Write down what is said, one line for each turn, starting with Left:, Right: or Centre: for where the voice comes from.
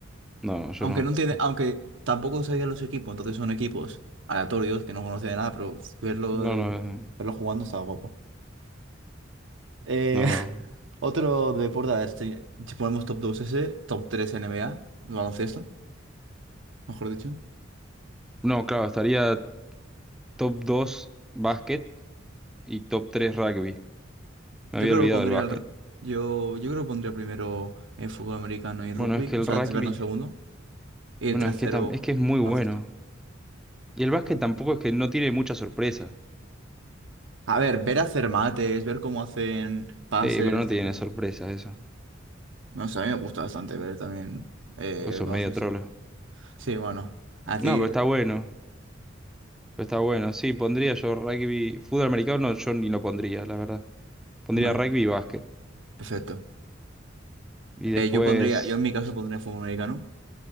Centre: No, no, yo
Right: Aunque
Centre: no.
Right: no entiende, aunque tampoco sabía los equipos, entonces son equipos aleatorios que no conocía de nada, pero verlo,
Centre: No,
Right: el-
Centre: no, eh,
Right: verlo jugando estaba guapo. Eh,
Centre: no, no.
Right: <laughs> otro deporte, a ver, si, si ponemos top 2 ese, top 3 NBA, baloncesto. mejor dicho.
Centre: No, claro, estaría top 2 básquet y top 3 rugby. Me
Right: Yo
Centre: había
Right: creo
Centre: olvidado
Right: que lo pondría
Centre: el básquet.
Right: al re- yo, yo creo que pondría primero eh, fútbol americano y rugby,
Centre: Bueno, es que
Right: o
Centre: el
Right: sea,
Centre: rugby,
Right: el segundo segundo, y
Centre: bueno,
Right: el tercero
Centre: es que tam- es que es muy
Right: baloncesto.
Centre: bueno. Y el básquet tampoco es que no tiene mucha sorpresa.
Right: A ver, ver hacer mates, ver cómo hacen pases,
Centre: Sí, pero
Right: etc.
Centre: no tiene sorpresas eso.
Right: No sé, a mí me gusta bastante ver también eh,
Centre: Vos sos
Right: baloncesto.
Centre: medio trolo.
Right: Sí, bueno, a
Centre: No,
Right: ti,
Centre: pero está bueno. Pero está bueno. Sí, pondría yo rugby. Fútbol americano no, yo ni lo pondría, la verdad. Pondría
Right: vale,
Centre: rugby y básquet.
Right: perfecto.
Centre: Y
Right: Eh,
Centre: después,
Right: yo pondría, yo en mi caso pondría fútbol americano,